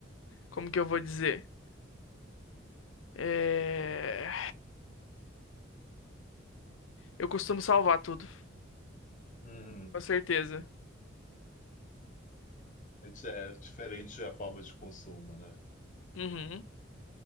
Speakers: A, on the left; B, on the left.
A: Como que eu vou dizer? É... Eu costumo salvar tudo,
B: Uhum.
A: com certeza.
B: É di- é diferente a forma de consumo, né?
A: Uhum.